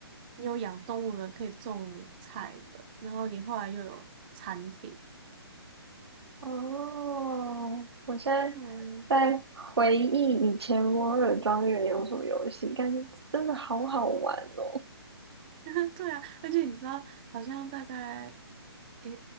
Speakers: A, on the right (about 20°); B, on the right (about 75°).
A: 你有养动物的，可以种菜的，然后你后来又有餐厅，
B: 哦，我现在
A: 对，
B: 在回忆以前《摩尔庄园》有什么游戏，感觉真的好好玩哦。
A: <laughs> 对啊，而且你知道，好像大概诶